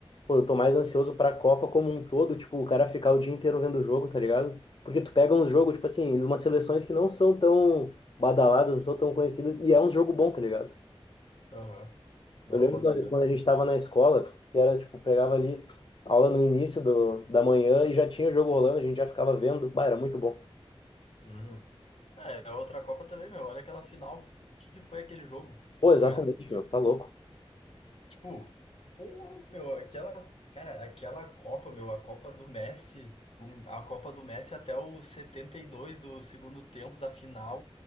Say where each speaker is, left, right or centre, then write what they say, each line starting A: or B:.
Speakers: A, on the left; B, on the left.
A: Pô, eu tô mais ansioso pra Copa como um todo, tipo, o cara ficar o dia inteiro vendo o jogo, tá ligado? Porque tu pega uns jogos, tipo assim, umas seleções que não são tão badaladas, não são tão conhecidas, e é um jogo bom, tá ligado?
B: Aham. Não,
A: Eu lembro
B: bota
A: quando
B: fé
A: quando a
B: também.
A: gente tava na escola, que era, tipo, pegava ali aula no início do, da manhã e já tinha o jogo rolando, a gente já ficava vendo, bah, era muito bom.
B: Uhum. É, é outra Copa também, meu. Olha aquela final. O que que foi aquele jogo?
A: Pô, exatamente,
B: Tá ligado?
A: meu, tá louco.
B: Tipo, pô, meu, aquela, cara, aquela Copa, meu, a Copa do Messi, o- a Copa do Messi até o 72 do segundo tempo da final,